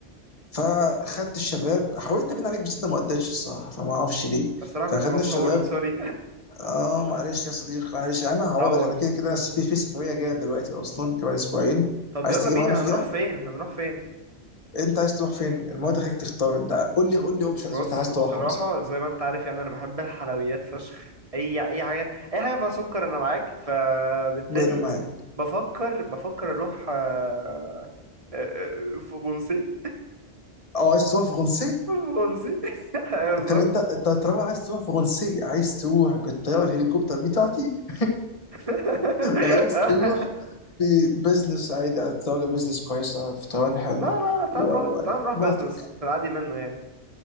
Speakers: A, on the left; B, on the right.
A: فخدت الشباب حاولت ابين عليك بس انت ما قدرتش الصراحه فما اعرفش ليه
B: الصراحة
A: فخدنا
B: كنت مسحول
A: الشباب
B: سوري
A: اه معلش يا صديقي معلش انا هعوضك
B: <laughs> اتعوض
A: انا كده كده في في سفريه جايه دلوقتي اصلا كمان اسبوعين
B: طب
A: عايز
B: يلا
A: تيجي
B: بينا
A: معانا فيها
B: هنروح فين هنروح فين
A: انت عايز تروح فين المواد خليك تختار انت قول لي قول لي اوبشنز
B: بص
A: انت عايز
B: بصراحة
A: تروحها مثلا
B: زي ما انت عارف يعني انا بحب الحلويات فشخ اي اي حاجة اي حاجة فيها سكر انا معاك فبالتالي
A: انا معاك
B: بفكر بفكر اروح آه، آه، آه، فرنسي
A: اه عايز تروح فرنسا
B: فرنسي <laughs> أيوة بالظبط
A: طب انت انت طالما عايز تروح فرنسية عايز تروح بالطيارة الهليكوبتر بتاعتي <laughs>
B: <laughs>
A: ولا عايز تروح ببزنس عادي على الطيارة بزنس كويسة فطران حلو
B: لا لا لا، تعال
A: واو
B: نروح
A: عليك
B: تعال نروح
A: براحتك
B: بزنس في العادي منه يعني